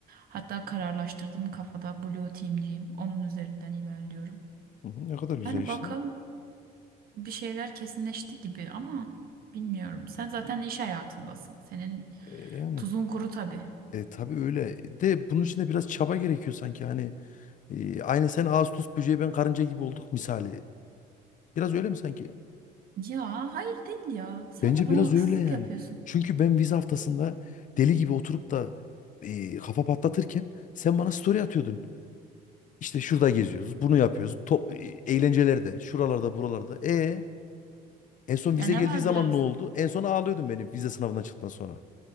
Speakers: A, on the right; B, on the left.
A: hatta kararlaştırdım kafada Blue Team'ciyim. Onun üzerinden ilerliyorum.
B: Hı hı, ne kadar güzel
A: Yani
B: işte.
A: bakalım bir şeyler kesinleşti gibi ama bilmiyorum. Sen zaten iş hayatındasın. Senin
B: E, yani
A: tuzun kuru tabii.
B: e, tabii öyle. De bunun için de biraz çaba gerekiyor sanki. Hani e, aynı sen ağustos böceği ben karınca gibi olduk misali. Biraz öyle mi sanki?
A: Ya hayır değil ya. Sen
B: Bence
A: de bana
B: biraz
A: haksızlık
B: öyle yani.
A: yapıyorsun.
B: Çünkü ben vize haftasında deli gibi oturup da e, kafa patlatırken sen bana story atıyordun. İşte şurada geziyoruz, bunu yapıyoruz. Top, e, eğlencelerde, şuralarda, buralarda. E en son vize
A: Ya ne
B: geldiği
A: var
B: zaman
A: biraz
B: ne oldu? En son ağlıyordun beni vize sınavından çıktıktan sonra.